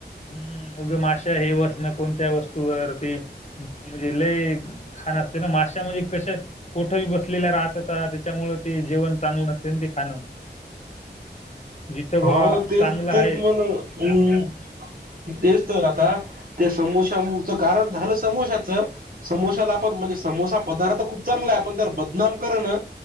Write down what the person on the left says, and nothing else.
हम्म ऊग माशा हे बसणं कोणत्या वस्तूवर म्हणजे लई घाण असते ना माशा म्हणजे कशे, कुठंही बसलेल्या राहतता त्याच्यामुळं ते जेवण चांगलं नसते ना ते खाणं. जिथं
बा
चांगलं आहे
हम्म,
तिथलंच
हम्म, हम्म.